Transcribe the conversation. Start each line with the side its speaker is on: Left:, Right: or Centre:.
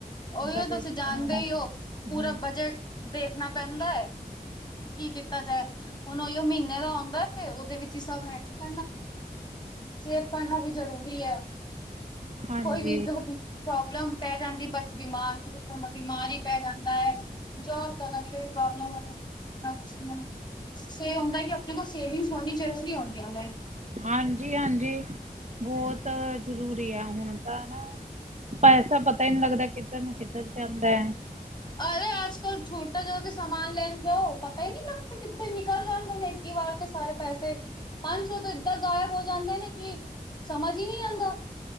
Left: ਓਹੀਓ
Right: ਬਜਟ
Left: ਤੁਸੀਂ ਜਾਣਦੇ
Right: ਬਣਾਉਣਾ
Left: ਈ ਓ ਪੂਰਾ
Right: ਹਮ
Left: ਬਜਟ ਦੇਖਣਾ ਪੈਂਦਾ ਹੈ ਕੀ ਕੀਤਾ ਜਾਏ ਹੁਣ ਉਹੀਓ ਮਹੀਨੇ ਦਾ ਆਉਂਦਾ ਏ ਉਹਦੇ ਵਿੱਚ ਹੀ ਸਭ ਹੈ <unintelligible> ਕਰਨਾ ਵੀ ਜਰੂਰੀ ਹੈ
Right: ਹਾਂਜੀ
Left: ਕੋਈ ਵੀ ਜੋ ਪ੍ਰੋਬਲਮ ਪੈ ਜਾਂਦੀ ਬਸ ਬਿਮਾਰ ਸੀ ਬਿਮਾਰ ਹੀ ਪੈ ਜਾਂਦਾ ਹੈ, ਜੋ ਤਰ੍ਹਾਂ ਦੀ ਪ੍ਰੋਬਲਮ ਹੋ ਜਾਂਦੀ ਸ ਹੁੰਦਾ ਕਿ ਆਪਣੇ ਕੋਲ ਸੇਵਿੰਗਸ ਹੋਣੀ ਜ਼ਰੂਰੀ ਹੁੰਦੀਆਂ ਨੇ।
Right: ਹਾਂਜੀ, ਹਾਂਜੀ ਬਹੁਤ ਜ਼ਰੂਰੀ ਐ ਹੁਣ। ਤਾਂ ਨਾ ਪੈਸਾ ਪਤਾ ਹੀ ਨਹੀਂ ਲੱਗਦਾ ਕਿੱਧਰ ਨੂੰ ਕਿੱਧਰ ਜਾਂਦਾ ਹੈ।
Left: ਅਰੇ। ਆਜ ਕੱਲ ਛੋਟਾ ਜਾ ਵੀ ਸਮਾਨ ਲੈਂਣ ਜਾਉ, ਪਤਾ ਹੀ ਨਹੀ ਲੱਗਦਾ ਕਿੱਥੇ ਨਿਕਲ ਜਾਂਦੇ ਨੇ। ਕੀ ਵਾਰਤੇ ਸਾਰੇ ਪੈਸੇ, ਪੰਜ ਸੌ ਤੋਂ ਏਦਾਂ ਗਾਇਬ ਹੋ ਜਾਂਦੇ ਨੇ ਕਿ ਸਮਝ ਹੀ ਨਹੀਂ ਆਂਦਾ।